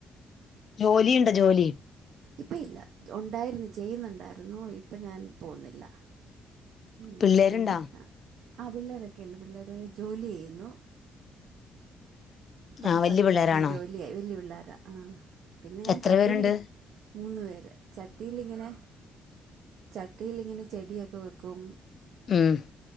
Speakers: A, on the left; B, on the right.
A: ജോലിയ്ണ്ടോ ജോലി
B: ഇപ്പ ഇല്ല ഒണ്ടായിര്ന്ന് ചെയ്യ്ന്ന്ണ്ടായ്ര്ന്നു ഇപ്പൊ ഞാൻ പോവ്ന്നില്ല ഉം
A: പിള്ളേരുണ്ടോ
B: പിന്നെ ആ പിള്ളേരൊക്കെയ്ണ്ട് പിള്ളേര് ജോലി ചെയ്യുന്നു പഠിത്തൊക്കെ
A: ആ വല്യ പിള്ളേരാണോ
B: കഴിഞ്ഞ് ജോലിയായി വല്യ പിള്ളാ ആ പിന്നെ ഞാൻ
A: എത്ര
B: ചട്ടിയിലി
A: പേരുണ്ട്
B: മൂന്ന് പേര് ചട്ടിയിലിങ്ങനെ ചട്ടിയിലിങ്ങനെ ചെടിയൊക്കെ വെക്കും
A: ഉം